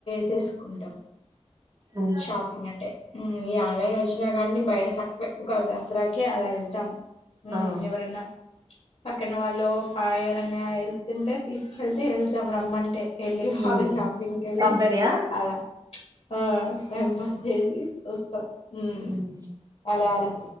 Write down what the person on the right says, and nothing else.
ఉమ్.
ఆ
ఉమ్
కంపెనీయా
ఉమ్